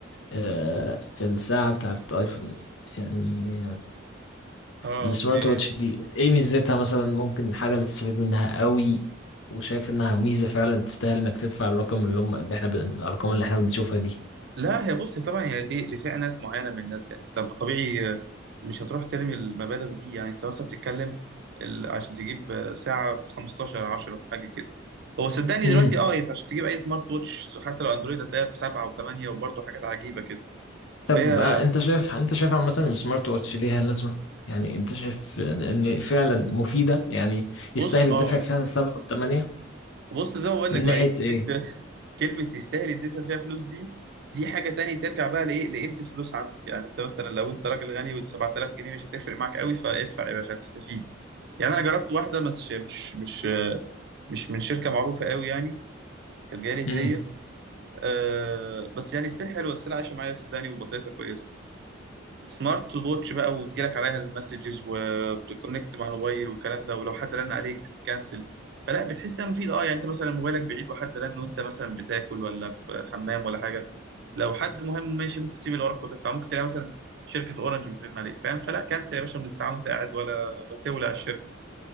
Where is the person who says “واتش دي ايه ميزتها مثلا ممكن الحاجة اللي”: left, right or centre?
Left